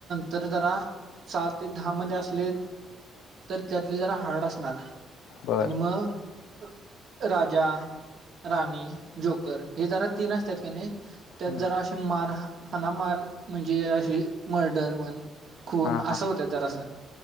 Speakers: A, on the right; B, on the left.
A: तर जरा सहा ते दहा मध्ये असले तर त्यातले जरा हार्ड असणार-
B: बर
A: आणि मग- राजा राणी जोकर हे जरा तीन असतात कनायी त्यात
B: हम्म
A: जरा अशी मार -हाणा -मार म्हणजे अशी मर्डर म्हण- खून
B: हा
A: असं
B: हा
A: होत्यात जरा सं